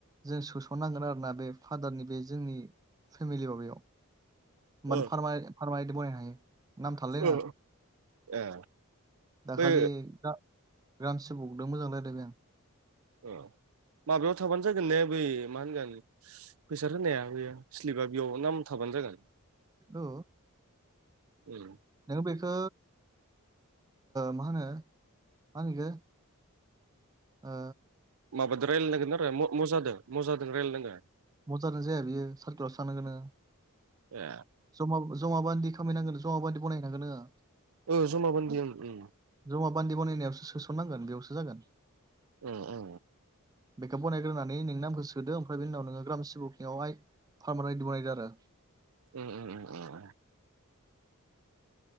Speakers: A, on the right; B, on the right.
A: जों सोसननांगोन आरोना बे फादारनि बे जोंनि फेमिलि माबायाव मान
B: ओ
A: फारम फारमल मोन। नाम थालायनाङा
B: ओ ए
A: दाखालि
B: बै
A: जा ग्राम सेबगदो मोजां रायलायबाय आं।
B: ओ माबायाव थाबानो जागोन ने बै मा होनगोन फैसा होनाया बेयो स्लिपा बेयाव नाम थाबानो जागोन
A: औ
B: उम
A: नोङो बेखौ मा होनो मा होनो बिखौ आ
B: माबादो रायलायनांगोन आरो म-मजादो मजादों रायलाय नांगो।
A: मोजानो जाया बियो सारकलावसो थांनांगोन नोङो।
B: ए
A: जमा जमा बान्दि खामायनांगोन जमा बान्दि बनाय हैनांगोन नोङो।
B: ओ जमा बान्दि ओं उम
A: जमा बान्दि बनायनायावसो सोसननांगोन बेयावसो जागोन।
B: अ अ
A: बेखो फरायग्रोनानै नोंनि नामखौ सोदो ओमफ्राय बेनि उनाव नोङो ग्राम सिबकनियावहाय फार्मार आयदि बनायदो आरो।
B: उम उम उम उम